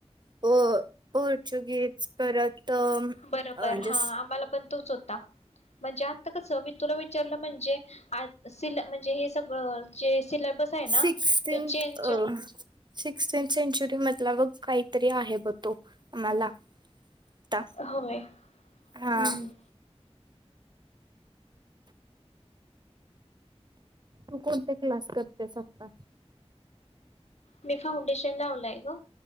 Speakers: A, on the right; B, on the left.
A: पोर पोर्तुगिज परत- म्हणजे
B: बरोबर हा आम्हाला पण तोच होता. म्हंजे आत्ता कस मी तुला विचारलं म्हंजे अ सिलॅ म्हंजे हे सग- जे सिलॅबस
A: सिक्स्टीन्थ
B: आहे ना ते चेंज..
A: सिक्स्टीन सेंच्युरी मधला बघ काहीतरी आहे ब तो आम्हाला. आता
B: होय,
A: हा
B: हं
A: तू कोणते क्लास करतेस आत्ता?
B: मी फाउंडेशन लावलाय ग